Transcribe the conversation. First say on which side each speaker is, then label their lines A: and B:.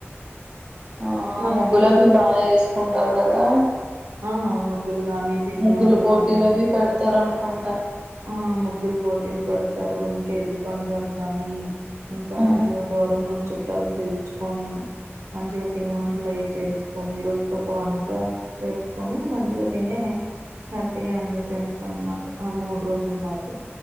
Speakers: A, on the right (about 20°); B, on the right (about 80°).
A: ఆ
B: మనకి
A: ముగ్గులవి బా ఏస్కుంటరు కదా
B: ఆ ముగ్గులు గాని పిండి
A: ముగ్గులపోటీలవి
B: వంటలు గాని
A: పెడ్తారనుకుంటా
B: ఆ ముగ్గుల్ పోటీలు పెడ్తారు ఇంకెడ్లు పందేలు గాని ఇంకా
A: ఆ
B: మంచిగా దూరంగున్న చుట్టాన్ని పిల్చుకొని మంచిగా పిండివంటలు అయి చేనస్కోనీ రోజు కొక వంట చేస్కోనీ మంచిగా తినీ హ్యాపీగా ఎంజాయ్ చేస్తాం అన్మాట ఆ మూడ్రోలు మాత్రం